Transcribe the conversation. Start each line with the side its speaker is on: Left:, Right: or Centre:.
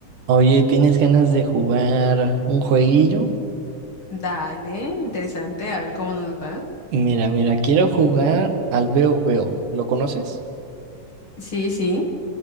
Right: Oye, ¿tienes ganas de jugar un jueguillo?
Left: Dale, interesante, a ver cómo nos va.
Right: Mira, mira, quiero jugar al Veo Veo. ¿Lo conoces?
Left: Sí, sí.